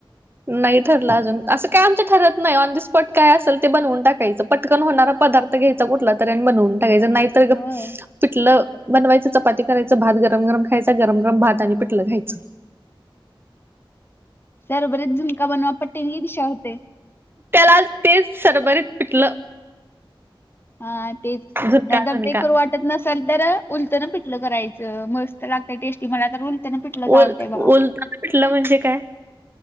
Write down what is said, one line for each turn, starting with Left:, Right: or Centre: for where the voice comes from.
Right: नाही ठरलं अजून असं काय आमच्या ठरत नाही ऑन द स्पॉट काय असेल ते बनवून टाकायचं पटकन होणारा पदार्थ घ्यायचा कुठला तरी आणि बनवून टाकायच नाहीतर
Left: होय.
Right: पिठलं बनवायचं चपाती करायचं भात गरम गरम खय गरम गरमात आणि प लं <unintelligible> खायचं
Left: त्याबरोबरीच झुणका बनवा पट्टींनीदिशा होते
Right: त्याला तेच सरबरीत पिठलं
Left: हा तेच
Right: झुणका
Left: नाही तर
Right: झुणका
Left: ते करू वाट नसेल तर उलतन पिठलं करायचं मस्त लागतय टेस्टी ते मला तर उलतेन पिटलंच आवडतंय
Right: ओल
Left: बघा.
Right: ओलताना पिठलं म्हणजे काय?